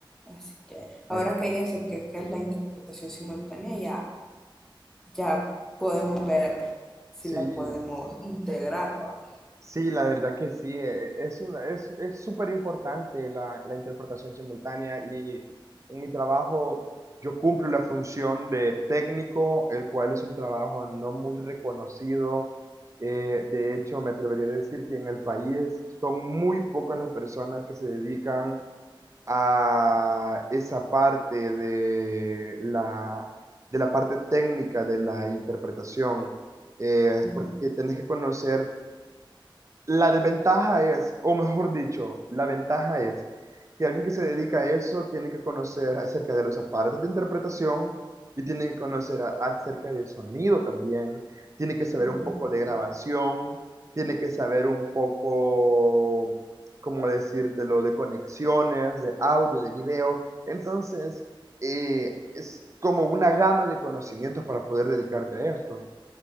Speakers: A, in the centre; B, on the right.
A: Así que
B: Ok.
A: ahora que ya sé qué qué es la interpretación simultánea, ya, ya podemos ver si
B: Sí,
A: la podemos integrar, ¿va?
B: sí, la verdad que sí, eh, es una, es, es súper importante la, la interpretación simultánea y en mi trabajo yo cumplo la función de técnico, el cual es un trabajo no muy reconocido. Eh, de hecho, me atrevería a decir que en el país son muy pocas las personas que se dedican a esa parte de la, de la parte técnica de la interpretación, eh, es
A: Ujú.
B: porque tenés que conocer, la desventaja es, o mejor dicho, la ventaja es que alguien que se dedica a eso tiene que conocer acerca de los aparatos de interpretación y tiene que conocer a- acerca del sonido también, tiene que saber
A: Mm,
B: un poco de grabación, tiene que saber un poco, ¿cómo decírtelo?, de conexiones, de audio, de video. Entonces, eh, es como una gama de conocimientos para poder dedicarte a esto.